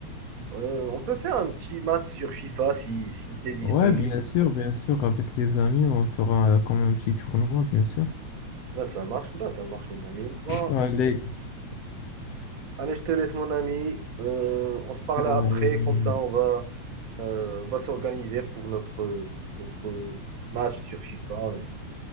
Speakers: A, on the right; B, on the left.
A: Euh, on peut faire un petit match sur FIFA si, si tu es disponible.
B: Ouais, bien sûr, bien sûr, avec les amis, on fera euh, comme un petit tournoi, bien sûr.
A: Bah, ça marche, bah, ça marche, mon ami. Bon,
B: Allez,
A: allez, je te laisse, mon ami. Euh, on se parle
B: allez,
A: après,
B: euh,
A: comme ça, on va, euh, on va s'organiser pour notre, notre match sur FIFA et,